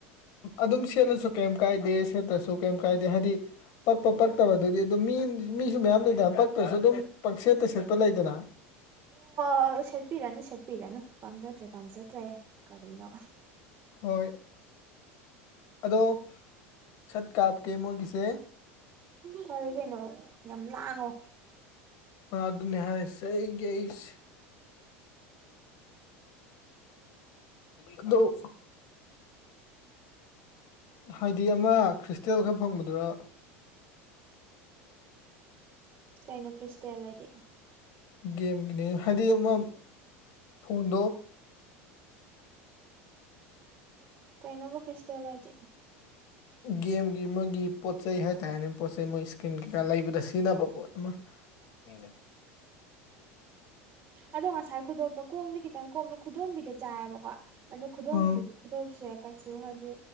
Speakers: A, on the left; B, on the right.
A: ꯑꯗꯨꯝ ꯁꯦꯠꯂꯁꯨ ꯀꯩꯝ ꯀꯥꯏꯗꯦ ꯁꯦꯠꯇ꯭ꯔꯁꯨ ꯀꯩꯝ ꯀꯥꯏꯗꯦ ꯍꯥꯏꯗꯤ ꯄꯛꯄ ꯄꯛꯇꯕ ꯑꯗꯨꯗꯤ ꯑꯗꯨ ꯃꯤ ꯃꯤꯁꯨ ꯃꯌꯥꯝ ꯂꯩꯗꯅ ꯄꯛꯇ꯭ꯔꯁꯨ ꯑꯗꯨꯝ ꯄꯛ ꯁꯦꯠꯇ ꯁꯦꯠꯄ ꯂꯩꯗꯅ
B: ꯑ ꯁꯦꯠꯄꯤꯔꯅꯨ ꯁꯦꯠꯄꯤꯔꯅ ꯄꯥꯝꯖꯗ꯭ꯔꯦ ꯄꯥꯟꯖꯗ꯭ꯔꯦ ꯀꯔꯤꯩꯅꯣ
A: ꯍꯣꯏ ꯑꯗꯣ ꯁꯠ ꯀꯥꯞ ꯀꯦ ꯃꯒꯤꯁꯦ
B: ꯐꯔꯦ ꯀꯩꯅꯣ ꯌꯥꯝ ꯂꯥꯡꯉꯣ
A: ꯑꯗꯅ ꯍꯥꯏ ꯁꯩ ꯌꯁꯤ ꯑꯗꯨꯣ ꯍꯥꯏꯗꯤ ꯑꯃ ꯈ꯭ꯔꯤꯁꯇꯦꯜ ꯈꯔ ꯐꯪꯒꯗ꯭ꯔꯥ
B: ꯀꯩꯅꯣ ꯈ꯭ꯔꯤꯁꯇꯦꯜ ꯍꯥꯏꯗꯤ
A: ꯒꯦꯝꯒꯤꯅꯦ ꯍꯥꯏꯗꯤ ꯑꯃ ꯐꯣꯟꯗꯣ
B: ꯀꯩꯅꯩꯅꯣꯕꯨ ꯐꯦꯁꯇꯦꯂꯖꯤꯦ
A: ꯒꯦꯝꯒꯤ ꯃꯥꯒꯤ ꯄꯣꯠ ꯆꯩ ꯍꯥꯏꯇꯥꯔꯦꯅꯦ ꯄꯣꯠ ꯆꯩꯩ ꯃꯣꯏ ꯏꯁꯀꯤꯟ ꯀꯩꯀꯥ ꯂꯩꯕꯗ ꯁꯤꯖꯤꯟꯅꯕ ꯄꯣꯠ ꯑꯃ ꯎꯝ
B: ꯑꯗꯣ ꯉꯁꯥꯏ ꯈꯨꯗꯣꯞꯇ ꯀꯣꯝꯗꯤ ꯈꯤꯇꯪ ꯀꯣꯝꯃꯦ ꯈꯨꯗꯣꯝꯕꯤꯗ ꯆꯥꯏꯑꯕꯀꯣ ꯀ ꯑꯗ ꯈꯨꯗꯣꯝꯕꯤꯗꯗꯤ
A: ꯑ
B: ꯈꯨꯗꯣꯝꯁꯦ ꯀꯩꯁꯨ ꯍꯥꯏꯗꯤ